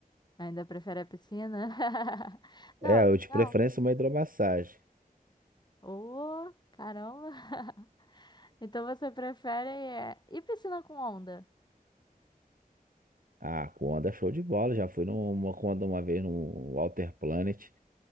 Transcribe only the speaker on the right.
É,
eu
de preferência uma hidromassagem.
Ah, com onda show de bola. Já fui numa com onda uma vez no Walter Planet.